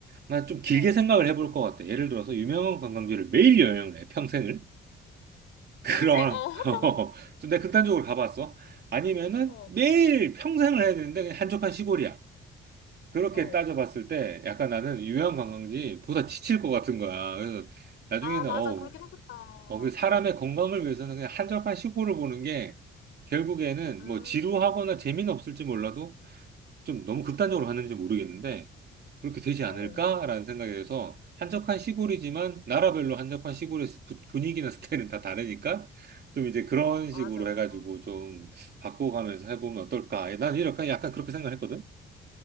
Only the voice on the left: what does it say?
어.
평생, 어, <laughs> 평생.
어,
어.
아, 맞아.
그렇게 하겠다.
음,
어,
맞아,
맞아.